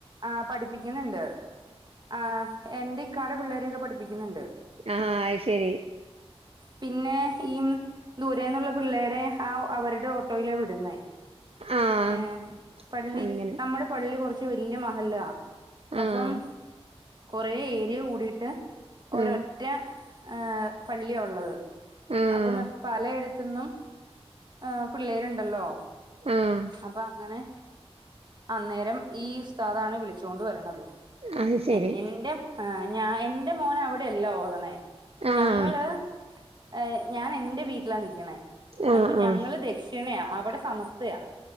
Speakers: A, on the right; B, on the right.
A: ആ പഠിപ്പിക്കുന്നിണ്ട്. ആഹ് ആഹ് എന്റെ ഇക്കാടെ പിള്ളേരെയൊക്കെ പഠിപ്പിക്കുന്നിണ്ട്.
B: ആഹ് അത് ശരി
A: പിന്നെ ഈ ദൂരെന്നുള്ള പിള്ളേരെ ആഹ് അവരുടെ ഓട്ടോയിലാ വിടുന്നേ.
B: ആഹ്
A: ഏഹ്, പള്ളി
B: അങ്ങനെ
A: നമ്മള് പള്ളി കൊറെച്ച് വെല്യാ മഹല്ലാ.
B: ആഹ്
A: അപ്പം കൊറെ ഏരിയ കൂടിയിട്ട് ഒരൊറ്റ
B: ആഹ്
A: ഏഹ് പള്ളിയാ ഒള്ളത്.
B: ആഹ്
A: അപ്പം ഇന്ന പലയിടത്ത്ന്നും ഏഹ് പിള്ളേരൊണ്ടല്ലോ.
B: ആഹ്
A: അപ്പ അ ങ്ങനെ അന്നേരം ഈ ഉസ്താദാണ് വിളിച്ചോണ്ട് വരണത്.
B: അത് ശരി
A: എൻ എന്റെ ഏഹ് ഞാ എന്റെ മോന് അവിടെയല്ല ഓതണേ,
B: ആഹ്
A: ഞങ്ങള് ഏഹ്, ഞാൻ എന്റെ വീട്ടിലാ നിക്കണേ.
B: ആഹ്
A: അപ്പൊ ഞങ്ങള്
B: ആഹ്
A: ദക്ഷിണയാ അവടെ സമസ്തയാ.